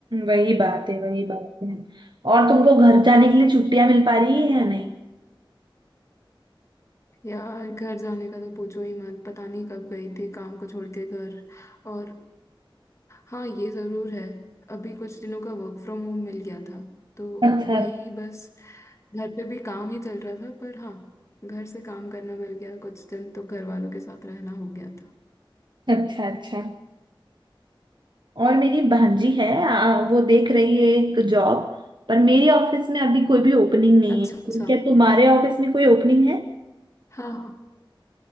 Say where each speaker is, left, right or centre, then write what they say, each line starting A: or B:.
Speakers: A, on the right (about 60°); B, on the left (about 35°).
A: वही बात है वही बात है और तुमको घर जाने के लिए छुट्टियां मिल पा रही है या नहीं
B: यार घर जाने का तो पूछो ही मत पता नहीं कब गई थी काम को छोड़ के घर और हाँ ये ज़रूर है अभी कुछ दिनों का वर्क फ्रॉम होम मिल गया था तो
A: अच्छा
B: वही बस घर पे भी काम ही चल रहा था पर हाँ घर से काम करना मिल गया कुछ दिन तो घर वालों के साथ रहना हो गया था
A: अच्छा अच्छा और मेरी भांजी है आ, वो देख रही है एक जॉब पर मेरे ऑफिस में अभी कोई भी ओपनिंग नहीं
B: अच्छा
A: है
B: अच्छा
A: क्या तुम्हारे ऑफिस में कोई ओपनिंग है
B: हाँ हाँ